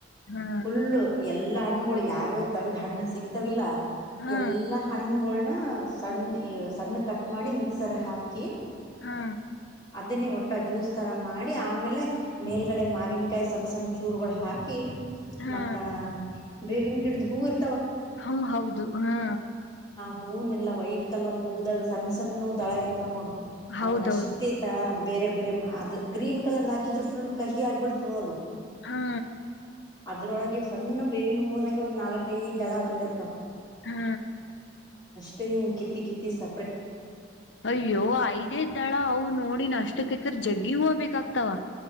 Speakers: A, on the left; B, on the left.
A: ಹಾ
B: ಫುಲ್ಲು ಎಲ್ಲಾ ಹಣ್ಣುಗಳು ಯಾವ್ಯಾವ್ ತರದ ಹಣ್ಣು ಸಿಕ್ತಾವಿಲ್ಲ
A: ಹಾ
B: ಎಲ್ಲಾ ಹಣ್ಣ್ಗಳನ ಸಣ್ಣ ಸಣ್ಣ ಕಟ್ ಮಾಡಿ ಮಿಕ್ ಸರ ಹಾಕಿ
A: ಹಾ
B: ಅದನ್ನೇ ಒಟ್ಟ ಜ್ಯೂಸ್ ಥರ ಮಾಡಿ ಆಮೇಲೆ ಮೇಲುಗಡೆ ಮಾವಿನಕಾಯಿ ಸಣ್ಣ ಸಣ್ಣ ಚೂರುಗಳು ಹಾಕಿ
A: ಹಾ
B: ಮತ್ತ ಬೇವಿನ ಗಿಡ್ದ ಹೂರ್
A: ಹ್ಮ ಹೌದು ಹಾ
B: ಹೂವ ಎಲ್ಲ ವೈಟ್ ಕಲರ್ ಹೂದಾಗ ಸಣ್ಣ ಸಣ್ಣ ದಳ ಇರ್ತವ್ ನೋಡು
A: ಹೌದೌದು
B: ಅವನ್ ಅಷ್ಟೇತ ಬೇರೆ ಬೇರೆ ಮಾ ಅದು ಗ್ರೀನ್ ಕಲರ್ ಹಾಕಿದ್ರೆ ಫುಲ್ ಕಹಿ ಆಗ್ಬಿಡ್ತದ ಅದು
A: ಹಾ
B: ಅದ್ರೊಳಗೆ ಸಣ್ಣ ಬೇವಿನ ಹೋದಾಗಿ ಒಂದ್ ನಾಲ್ಕೈದು ದಳ ಬಂದಿರ್ತಾವ
A: ಹಾ
B: ಂಗ ಕತಿ ಕತಿ ಸ
A: ಅಯ್ಯೋ ಐದೇದ್ದಳ ಅವ ನೋಡಿ ನ ಅಷ್ಟಕ್ಕತ್ತರ್ ಜಗ್ಗಿ ಹೂವು ಬೇಕಾಗ್ತಾವ